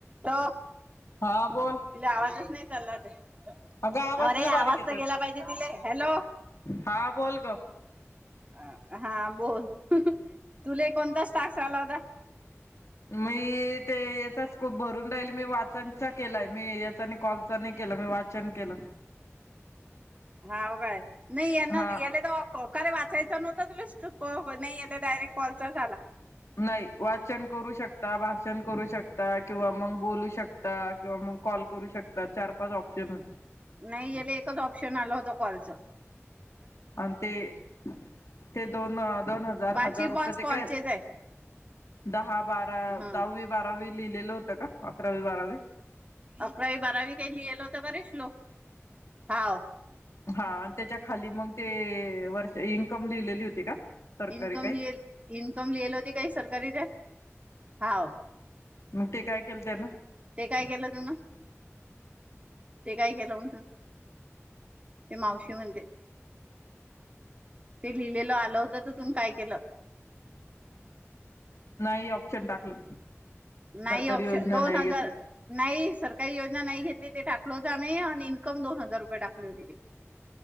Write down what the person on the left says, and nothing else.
हा बोल
अगं
लय बारीक
येतोय
हा बोल ग
मी ते येचाच खूप भरून राहिल मी वाचनचा केलाय मी याचानी कॉलच नाही केला मी वाचन केलं.
हा
नाही वाचन करू शकता भाषण करू शकता किंवा मग बोलू शकता किंवा मग कॉल करू शकता चार पाच ऑप्शन होते.
आणि ते ते दोन दोन हजार
हजार रुपये
ते
काय
दहा बारा
दहावी बारावी. लिलेल होत का. अकरावी बारावी
हा आणि त्याच्या खाली मग ते वर्ष इन्कम लिहिलेली होती का? सरकारी
काही
मग ते काय केलं त्यानं
नाही ऑप्शन टाकलं
सरकारी
योजना
नाही
घेतली